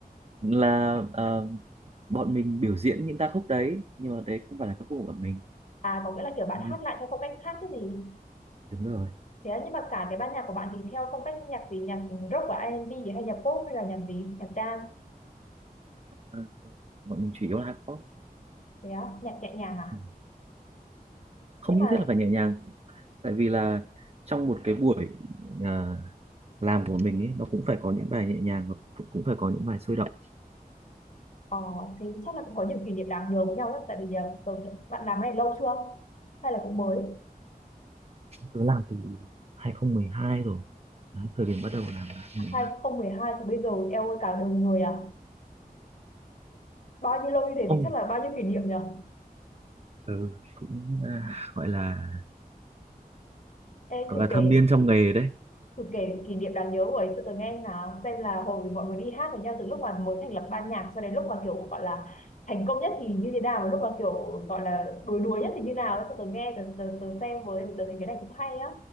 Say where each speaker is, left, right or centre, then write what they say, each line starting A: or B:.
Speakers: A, on the right (about 40°); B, on the left (about 55°).
A: là ờ, bọn mình biểu diễn những ca khúc đấy nhưng mà đấy không phải là ca khúc của bọn mình
B: à có nghĩa là kiểu bạn
A: Đúng
B: hát
A: rồi
B: lại theo phong cách khác cái gì
A: đúng rồi.
B: thế à, nhưng mà cả cái ban nhạc của bạn thì theo phong cách nhạc gì nhạc rock và R&B hay nhạc pop hay là nhạc gì nhạc dance
A: Ờ, bọn mình chủ yếu là hát pop
B: thế á nhạc nhẹ nhàng à
A: Ừ. không
B: nhưng mà
A: nhất thiết là phải nhẹ nhàng tại vì là trong một cái buổi à, làm của mình ấy nó cũng phải có những bài nhẹ nhàng và cũng cũng phải có những bài sôi động
B: ờ, thế chắc là cũng có nhiều kỷ niệm đáng nhớ với nhau nhé tại vì ờ, tớ, bạn làm cái này lâu chưa hay là cũng mới
A: tớ làm từ 2012 rồi đấy, thời điểm bắt đầu làm là 2012
B: 2012 thì bây giờ eo ơi cả đời người à <laughs> bao nhiêu lâu như thế
A: ông
B: thì chắc là bao nhiêu kỷ niệm nhở
A: ừ, cũng à, gọi là
B: Ê,
A: gọi
B: thử
A: là thâm
B: kể
A: niên trong nghề đấy
B: thử kể kỷ niệm đáng nhớ của ấy cho tớ nghe nào xem là hồi mọi người đi hát với nhau từ lúc mà mới thành lập ban nhạc cho đến lúc mà kiểu gọi là thành công nhất thì như thế nào và lúc mà kiểu gọi là đuối đuối nhất thì như nào ấy, cho tớ nghe tớ, tớ, tớ xem với tớ thấy cái này cũng hay á